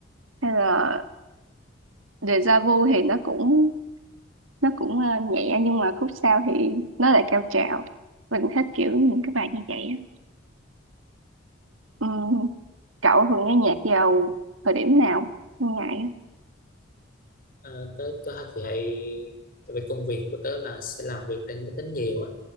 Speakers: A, on the right; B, on the left.
A: hay là Deja Vu thì nó cũng nó cũng ờ, nhẹ nhưng mà khúc sau thì nó lại cao trào mình thích kiểu những cái bài như vậy á Ừm, cậu thường nghe nhạc vào thời điểm nào trong ngày á
B: ờ, tớ tớ thì hay tại vì công việc của tớ là sẽ làm việc trên máy tính nhiều á